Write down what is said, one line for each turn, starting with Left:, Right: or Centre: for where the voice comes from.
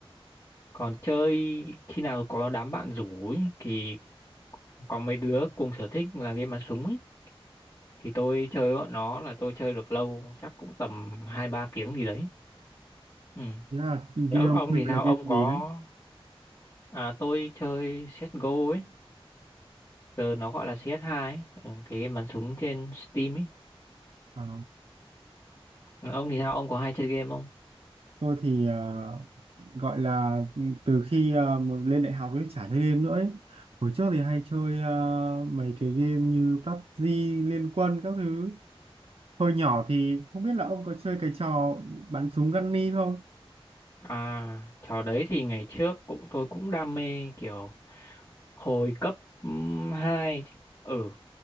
Left: còn chơi khi nào có đám bạn rủ ấy, thì có mấy đứa cùng sở thích là game bắn súng ấy thì tôi chơi bọn nó là tôi chơi được lâu chắc cũng tầm hai ba tiếng gì đấy ừ.
Right: thế là game
Left: Ô-
Right: ông
Left: ông
Right: chơi
Left: thì
Right: là
Left: sao
Right: game
Left: ông
Right: gì
Left: có
Right: đấy
Left: à, tôi chơi CSGO ấy giờ nó gọi là cs hai ấy. Ừ, cái game bắn súng trên Steam ấy
Right: à,
Left: Ừ, ông thì sao ông có hay chơi game không
Right: tôi thì ờ, gọi là ừ, từ khi ờ, mà lên đại học ấy chả chơi game nữa ấy. Hồi trước thì hay chơi ờ, mấy cái game như PUBG, Liên Quân các thứ. Hồi nhỏ thì không biết là ông có chơi cái trò bắn súng Gunny không?
Left: à trò đấy thì ngày trước cũng tôi cũng đam mê kiểu hồi cấp um, hai ừ